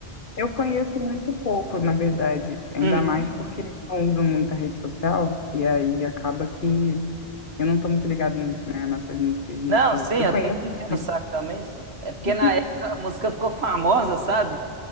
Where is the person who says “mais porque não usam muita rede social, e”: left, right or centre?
Left